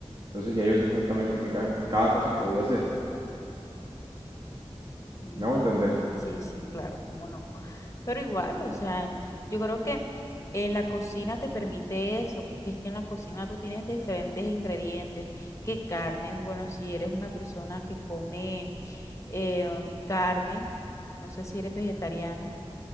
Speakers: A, on the right; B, on the left.
A: Entonces ya yo sé exactamente qué ca- cada cosa que voy a hacer.
B: Mm,
A: ¿Me hago entender?
B: sí, sí, claro, cómo no. Pero igual, o sea, yo creo que eh, la cocina te permite eso, porque es que en la cocina tú tienes diferentes ingredientes, que carnes, bueno, si eres una persona que come eh, carne, no sé si eres vegetariano.